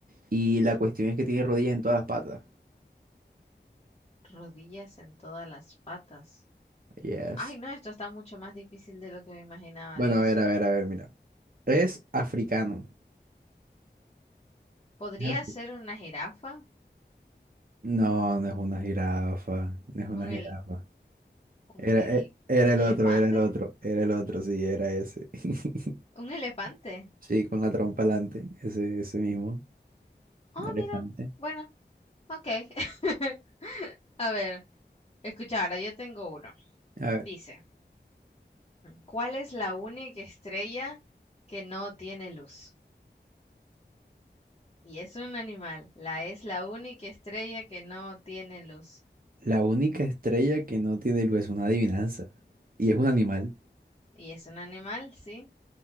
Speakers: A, on the right; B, on the left.
A: y la cuestión es que tiene rodillas en todas las patas.
B: rodillas en todas las patas.
A: Yes.
B: Ay, no, esto está mucho más difícil de lo que me imaginaba,
A: Bueno,
B: Dios.
A: a ver, a ver, a ver, mira. Es africano.
B: ¿Podría
A: Es afri-
B: ser una jirafa?
A: No, no es una jirafa, no es una
B: ¿Un
A: jirafa.
B: el, un
A: Era,
B: el-
A: e- era
B: elefante?
A: el otro, era el otro, era el otro, sí, era ese. <laughs>
B: ¿Un elefante?
A: Sí, con la trompa alante, ese, ese mismo,
B: Oh,
A: un elefante.
B: mira. Bueno, ok. <laughs> A ver, escucha, ahora yo tengo uno.
A: A ver,
B: Dice, ¿cuál es la única estrella que no tiene luz? Y es un animal. La es la única estrella que no tiene luz.
A: la única estrella que no tiene luz es una adivinanza. Y es un animal.
B: Y es un animal, sí.